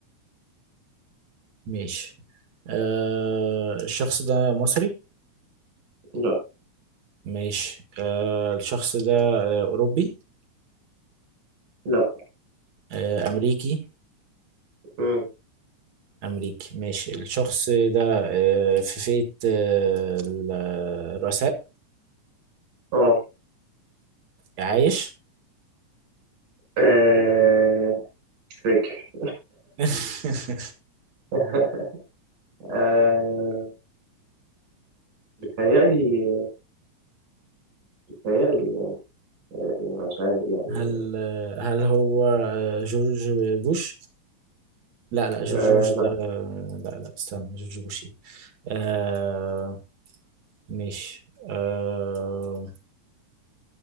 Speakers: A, on the right (about 60°); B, on the right (about 85°).
A: ماشي آه، الشخص ده مصري
B: لا
A: ماشي آه، الشخص ده آه، اوروبي
B: لا
A: آه، امريكي
B: مم.
A: امريكي ماشي الشخص ده آه، في فئة آه، ال- الرؤساء
B: اه
A: عايش
B: آه، مش فاكر
A: <laughs>
B: <laughs> آه، بتهيألي بتهيألي يعني مش عارف يعني
A: هل هل هو آه، جورج بوش؟ لا لا جورج
B: آه،
A: بوش ده
B: لا
A: لا لا استنى جورج بوش ايه؟ آه ماشي آه